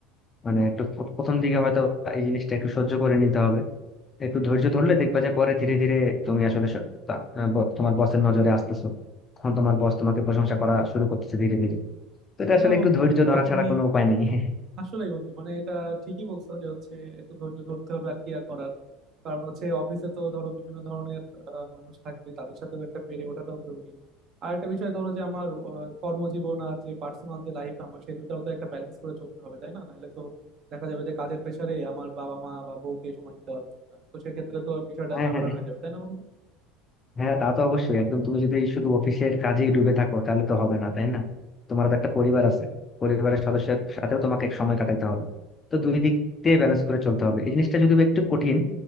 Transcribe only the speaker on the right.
হ্যাঁ
বন্ধু
এটা
তুমি
আসলেই বন্ধু মানে এটা ঠিকই বলছো যে হচ্ছে একটু ধৈর্য ধরতে হবে আর কি আর করার কারণ হচ্ছে অফিসে তো ধরো বিভিন্ন ধরনের আহ, মানুষ থাকবে তাদের সাথেও একটা পেরে ওঠাটাও জরুরি আর একটা বিষয় ধরো যে আমার আহ, কর্মজীবন আর যে পার্সোনাল যে লাইফ আমার সে দুটাও তো একটা ব্যালেন্স করে চলতে হবে তাই না নাহলে তো দেখা যাবে যে কাজের প্রেশারে আমার বাবা মা বা বউকে সময় দিতে পারছি না তো সেক্ষেত্রে তো বিষয়টা
ঝামেলার
হয়ে যাবে তাই না বন্ধু